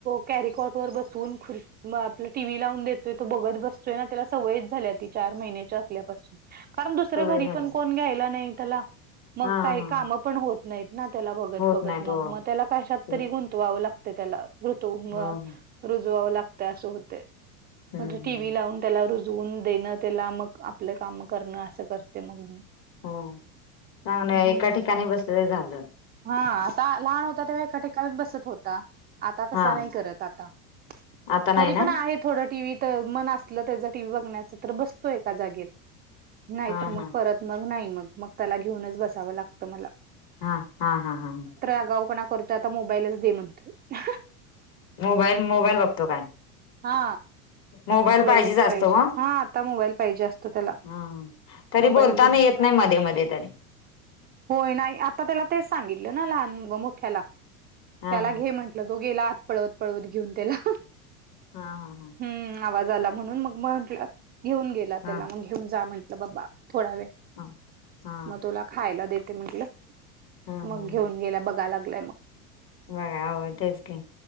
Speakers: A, on the right; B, on the left.
A: कॅरीकॉट वर बसवून खुर् आपला टीव्ही लावून देतोय तो बघत बसतोय ना त्याला. सवय झाल्या त चार महिन्याच्या असल्यापासून कारण दुसर
B: सवय
A: घरी
B: झाली
A: पण कोण घ्यायला नाही त्याला. मग
B: हा
A: काही
B: हा
A: काम पण होत नाहीत ना त्याला बघत
B: होत
A: बघत
B: नाही तो
A: मग मग त्याला कशात
B: हो
A: तरी गु तवावं लागत त्याला ऋतू
B: हो
A: रुजवावं लागत असं होते.
B: हम्म
A: म्हणजे
B: हम्म
A: टी व्ही लावून त्याला र जून देणं त्याला मग आपलं काम करणं असं करते मग मी.
B: हो चांगलं
A: हम्म.
B: एका ठिकाणी बसच झालं.
A: हा आता लहान होता तेव्हा एका ठेिकाणी बसत होता. आता तसा
B: हा
A: नाही करत आता
B: आता नाही
A: तरी
B: ना
A: पण आहे थोडं टी व्ही तर मन असलं त्याच ब बतो एला नाही
B: हा
A: मग
B: हा
A: परत. मग नाही मग मग त्याला घेऊनच बसावं लागतं मला.
B: हां हां हां हां हां.
A: अगावपणा करतोय आता मोबाईलच दे म्हणतोय.
B: मोबाईल मोबाईल बघतो. काय?
A: हा
B: मोबाईल
A: मोबाईलच
B: पाहिजे. जा असत म
A: हा आता मोबाईल पाहिजे असतो त्याला
B: ह तरी
A: मोबाईल
B: बोलता.
A: दे म्हणतो
B: येत नाही मध्ये मध्ये तरी.
A: होय नाही आता त्याला ते सांगितलं ना लहान व मोठ्याला.
B: हा
A: त्याला
B: हा
A: घे म्हंटलं तो गेला आत पळवत पळवत घेऊन त्याला.
B: हा हा हा.
A: हम् आवाज आला म्हणून मग म्हटला घेऊन गेला त्याला
B: हा
A: मग घेऊन जा म्हटलं. बाबा थोडा वेळ
B: हा हा
A: मग तुला खायला देते म्हंटलं.
B: हा हा हा.
A: मग घेऊन गेला. बघा लागलाय. मग.
B: बघा ह. तेच की.